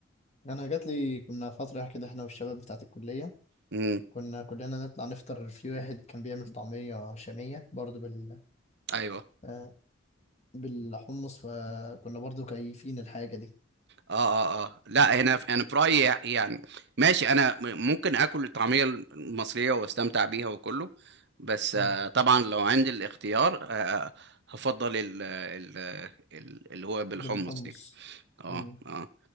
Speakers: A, on the left; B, on the right.
A: أنا جات لي كنا فترة كده إحنا والشباب بتاعة الكلية
B: امم
A: كنا كلنا نطلع نفطر في واحد كان بيعمل طعمية شامية برضو بال
B: ايوه
A: آه، بالحمص فكنا برضو كيفين الحاجة دي
B: اه اه اه لا هنا انا برايي يعني ماشي انا م- ممكن اكل الطعميه المصريه واستمتع بيها وكله بس
A: أمم.
B: آه، طبعا لو عندي الاختيار آه، آه، هفضل ال ال ال- اللي هو بالحمص
A: اللي بالحمص
B: دي اه
A: أمم.
B: اه